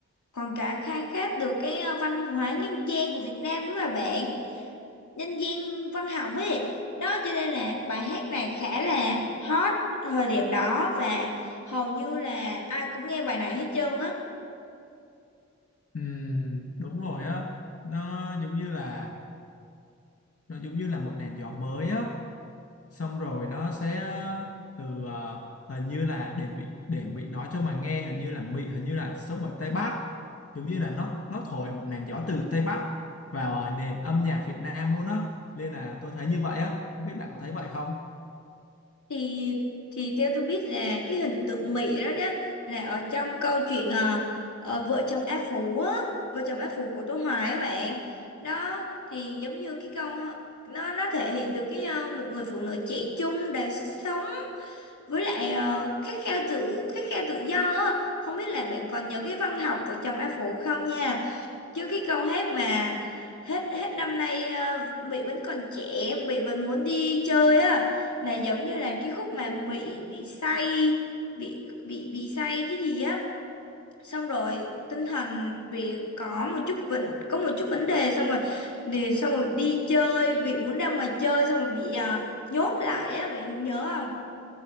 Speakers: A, on the left; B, on the left.
A: còn cả khai thác được cái à, văn hóa nhân gian của Việt Nam đúng không bạn? Nhân gian văn học ấy. Đó cho nên là bài hát này khá là hot thời điểm đó và hầu như là ai cũng nghe bài này hết trơn á.
B: Ừm, đúng rồi á nó giống như là nó giống như là một làn gió mới á xong rồi nó sẽ ờ, từ ờ, hình như là để Mỹ để Mỹ nói cho mà nghe hình như là Mỹ hình như là sống ở Tây Bắc giống như là nó nó thổi một làn gió từ Tây Bắc vào ờ, nền âm nhạc Việt Nam luôn á nên là tôi thấy như vậy á không biết bạn có thấy vậy không
A: thì thì theo tôi biết là cái hình tượng Mỹ đó đó là ở trong câu chuyện ờ, ờ, vợ chồng A Phú á vợ chồng A Phú của Tô Hoài á bạn đó thì giống như cái câu nó nó thể hiện được cái ờ, một người phụ nữ trẻ trung đầy sức sống với lại ờ, khát khao tự khát khao tự do á không biết là bạn còn nhớ cái văn học vợ chồng A Phú không nha chứ cái câu hát mà hết hết năm nay ờ, Mỹ vẫn còn trẻ Mỹ vẫn muốn đi chơi á là giống như là cái khúc mà Mỹ bị say bị bị bị say cái gì á xong rồi tinh thần bị có một chút vấn có một chút vấn đề xong rồi để xong rồi đi chơi bị muốn ra ngoài chơi xong rồi bị à, nhốt lại á bạn nhớ không